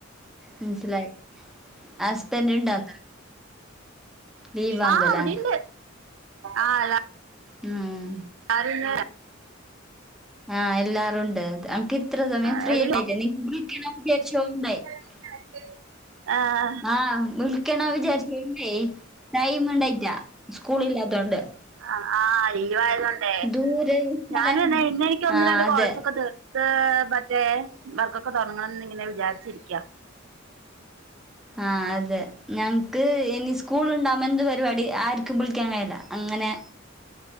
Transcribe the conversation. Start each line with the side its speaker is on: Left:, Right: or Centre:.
Centre: മൻസ്സിലായി ഹസ്ബന്റ്ണ്ടോ ലീവാന്നല്ലേ
Right: ആഹ് ഇവിടിണ്ട് ആഹ് അതാ
Centre: ഉം
Right: ആരും ഇല്ലേ
Centre: ആഹ് എല്ലാരുണ്ട് അൻക്ക്ത്ര സമയം
Right: ആ
Centre: ഫ്രീ
Right: എവിടെല്ലോ
Centre: ഉണ്ടായിറ്റെ നിക്ക് വിൾക്കണെ വിചാരിച്ചു <unintelligible>
Right: പിന്നെ ആര്ക്ക് ആഹ്
Centre: ആഹ് വിളിക്കണോ വിചാര് പിന്നെ ടൈംണ്ടായിറ്റാ സ്കൂളില്ലാത്തോണ്ട്
Right: ആഹ് ആഹ് ലീവാ ആയതൊണ്ടേ
Centre: ദൂരെ സ്ഥലം
Right: ഞാൻ ഇന്ന് ഇന്ന് എനിക്ക് ഒന്ന്
Centre: ആ
Right: രണ്ട്
Centre: അതെ
Right: കോൾസൊക്കെ തീർ ത്ത് മറ്റേ വർക്കൊക്കെ തോടങ്ങണംന്ന് ഇങ്ങനെ വിജാരിച്ചിരിക്ക്യാ
Centre: ആഹ് അതെ ഞങ്ങക്ക് ഇനി സ്കൂളു ഉണ്ടാകുമ്പൊ എന്ത് പരിപാടി ആർക്കും വിളിക്കാൻ കഴിയില്ല അങ്ങനെ
Right: <unintelligible>